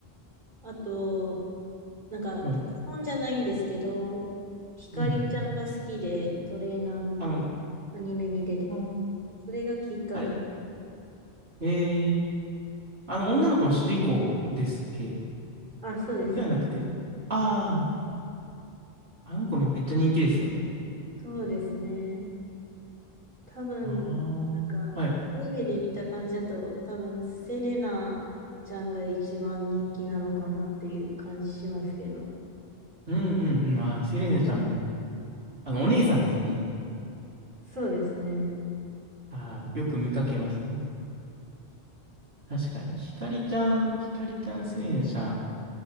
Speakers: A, on the right; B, on the right.
A: あと、なんか、
B: い。
A: ポケモンじゃないんですけど、
B: うん
A: ひかりちゃんが好きで、
B: うん。
A: トレーナーの。
B: あの、あ
A: アニメに出て、
B: あ、
A: それがきっかけ。
B: あれええー、あの、女の子の主人公ですっけ
A: あ、そうです。
B: ではなくて、ああ、あの子めっちゃ人気ですよね。
A: そうですね。多分、
B: あ
A: なんか、
B: あ、はい。
A: アニメで見た感じだと、多分、セレナちゃんが一番人気なのかなっていう感じしますけど。
B: うんうんうん。あー、セレーナちゃんも、あの、お姉さんですよね。
A: そうですね。
B: ああ、よく見かけますね。確かに。ひかりちゃん、ひかりちゃん、セレーナちゃん。